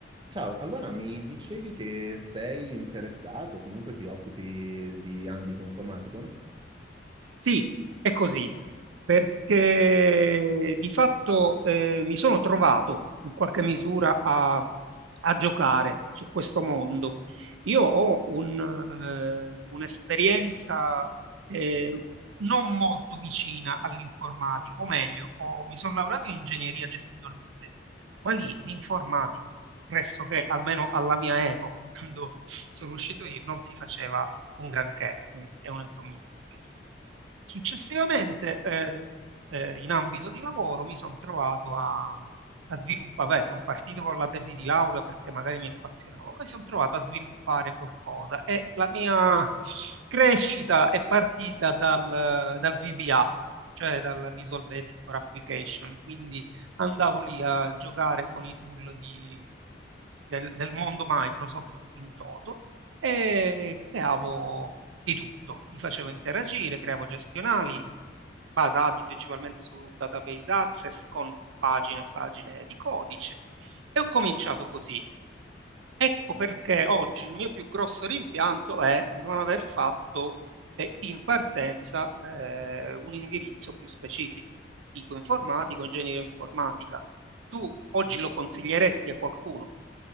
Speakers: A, on the right; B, on the right.
A: Ciao, allora mi dicevi che sei interessato, comunque ti occupi di ambito informatico?
B: Sì, è così, perché di fatto eh, mi sono trovato in qualche misura a, a giocare su questo mondo. Io ho un, eh, un'esperienza eh, non molto vicina all'informatico, o meglio, ho- mi sono laureato in ingegneria gestionale quelli di informatica, pressoché, almeno alla mia epoca, <laughs> quando sono uscito io, non si faceva un granché, è un eufemismo questo. Successivamente, eh, eh, in ambito di lavoro, mi sono trovato a, a sviluppare, sono partito con la tesi di laurea perché magari mi appassionavo, poi sono trovato a sviluppare qualcosa e la mia crescita è partita dal, dal VBA, cioè dal Visual Basic for Application, quindi andavo lì a giocare con i tool di- del, del mondo Microsoft in toto e creavo di tutto. Li facevo interagire, creavo gestionali basati principalmente su database access con pagine e pagine di codice e ho cominciato così. Ecco perché oggi il mio più grosso rimpianto è non aver fatto eh, in partenza eh, un indirizzo più specifico, tipo informatico, ingegneria informatica. Tu oggi lo consiglieresti a qualcuno?